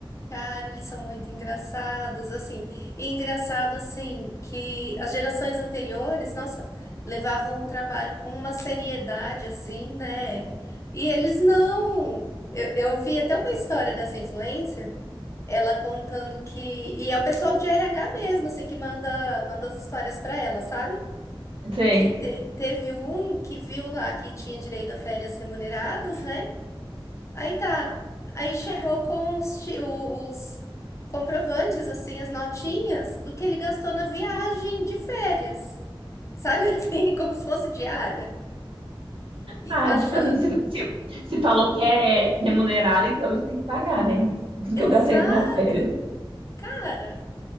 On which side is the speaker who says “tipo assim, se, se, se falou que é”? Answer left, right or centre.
Right